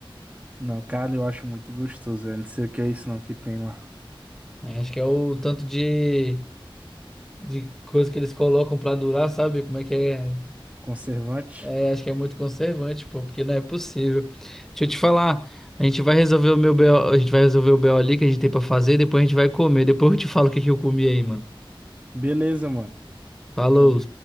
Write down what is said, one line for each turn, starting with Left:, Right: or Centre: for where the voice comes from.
Right: não, cara, eu acho muito gostoso, velho. Não sei o que é isso não que tem lá.
Centre: É, acho que é o tanto de, de coisa que eles colocam pra durar, sabe? Como é que é?
Right: Conservante.
Centre: É, acho que é muito conservante, pô, porque não é possível. Deixa eu te falar, a gente vai resolver o meu BO, a gente vai resolver o BO ali que a gente tem pra fazer, depois a gente vai comer. Depois eu te falo o que que eu comi aí, mano.
Right: Beleza, mano.
Centre: Falou!
Right: Tamo